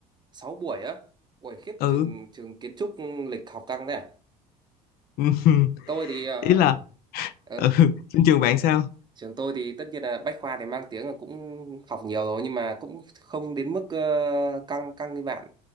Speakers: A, on the right; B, on the left.
A: Sáu buổi á. buổi khiếp
B: ừ
A: trường trường kiến trúc lịch học căng thế à?
B: <laughs>
A: Tôi thì ờ,
B: ý là
A: ờ,
B: ừ, <laughs> trên trường bạn sao
A: trường tôi thì tất nhiên là bách khoa thì mang tiếng là cũng học nhiều rồi nhưng mà cũng không đến mức ờ, căng căng như bạn.